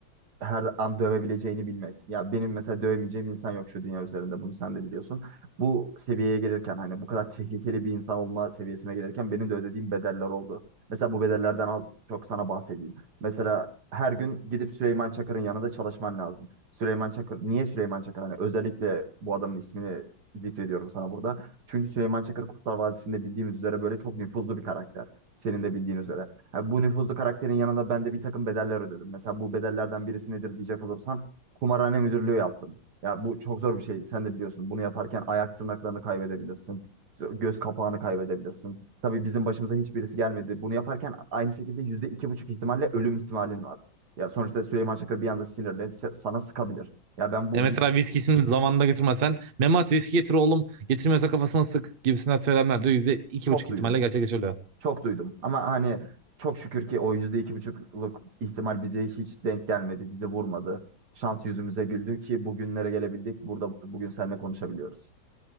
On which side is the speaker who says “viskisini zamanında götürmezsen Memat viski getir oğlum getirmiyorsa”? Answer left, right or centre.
Right